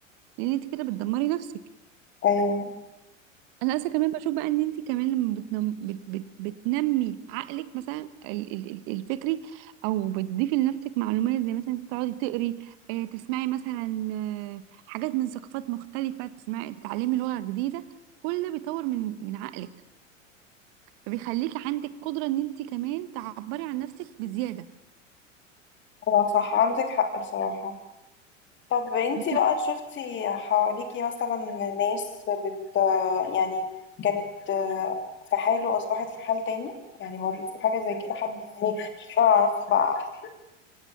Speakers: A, on the right; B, on the left.
A: لان انت كده بتدمري نفسك
B: أيوه
A: انا اصلا كمان بشوف بقى ان انت كمان لما بتنم... بت... بت... بتنمي عقلك مثلا ال... ال... ال- الفكري او بتضيفي لنفسك معلومات زي مثلا انت تقعدي تقري آه، تسمعي مثلا آه، حاجات من ثقافات مختلفه تسمعي تتعلمي لغه جديده كل ده بيطور من من عقلك فبيخليكي عندك قدره ان انت كمان تعبري عن نفسك بزياده
B: أه صح عندك حق بصراحة طب أنت
A: وك-
B: بقى شفتي حواليكي مثلا ناس بت يعني كانت آه، في حال وأصبحت في حال تاني يعني مريتي بحاجة زي كده حد يعني اشتغل على نفسه بقى أحسن